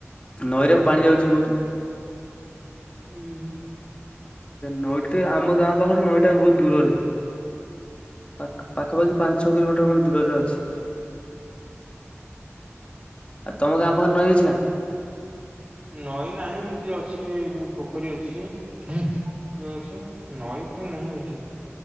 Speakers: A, on the left; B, on the right.
A: ନଈରେ ପାଣି ଯାଉଛି ବହୁତ୍।
B: ହୁଁ ହୁଁ।
A: ନଈତେ ଆମ ଗାଁ ପାଖରୁ ନଈଟା ବହୁତ ଦୂରରେ। ପାଖ ପାଖାପାଖି ପାଞ୍ଚ ଛଅ କିଲୋମିଟର ଖଣ୍ଡେ ଦୂରରେ ଅଛି। ଆ ତମ ଗାଁ ପାଖରେ ନଈ ଅଛି ନା?
B: ନଇଁ ନାହିଁ ଏମିତି ଅଛି ପୋଖରୀ ଅଛି। ଇଏ ଅଛି ନଈ ଫଇ ନାହିଁ ଏଠି